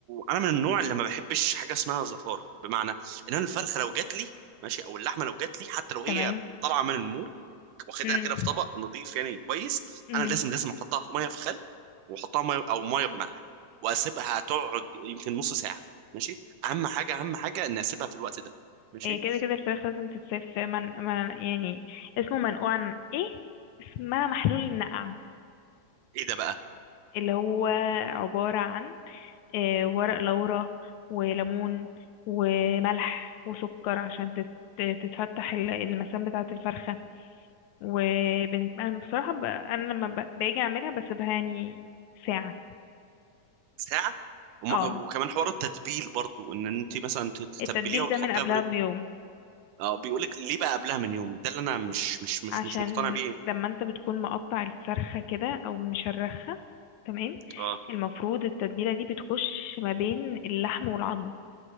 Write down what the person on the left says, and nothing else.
تمام
امم
امم
هي كده كده الفراخ لازم تتساب في من... من يعني اسمه منقوع عن ايه اسمها محلول النقع
اللي هو عبارة عن آه، ورق لورا وليمون وملح وسكر عشان تت... تتفتح ال- المسام بتاعة الفرخة وبن... انا بصراحة ب... انا لما ب... باجي اعملها بسيبها يعني ساعة
اه
التتبيل
ده من قبلها
بيوم
عشان
لما انت بتكون مقطع الفرخة كده او مشرخها تمام
المفروض التتبيلة دي بتخش ما بين اللحم والعظم